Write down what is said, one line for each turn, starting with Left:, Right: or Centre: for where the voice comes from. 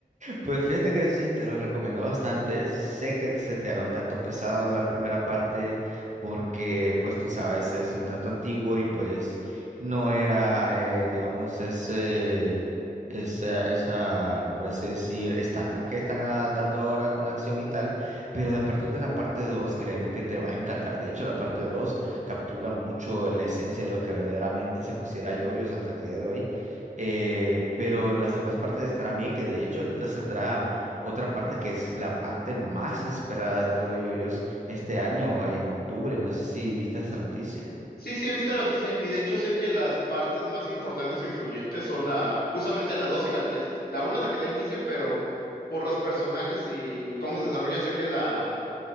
Right: Pues fíjate que sí, te lo recomiendo bastante. Sé que se te hará un tanto pesado la primera parte porque, pues tú sabes, es un tanto antiguo y pues no era, eh, digamos, ese, esa, esa, por así decir, estándar que están ah, dando ahora con la acción y tal. Pero a partir de la parte 2, créeme que te va a encantar. De hecho, la parte 2 captura mucho la esencia de lo que verdaderamente se considera yoyos hasta el día de hoy eh, pero las demás partes estarán bien, que de hecho ahorita saldrá otra parte que es la parte más esperada de todo yoyos este año en octubre. No sé si viste esa noticia.
Left: Sí, sí, he visto la noticia y de hecho sé que las partes más importantes o influyentes son la, justamente la 2 y la 3. La una es la que da inicio, pero por los personajes y cómo se desarrolla, sé que la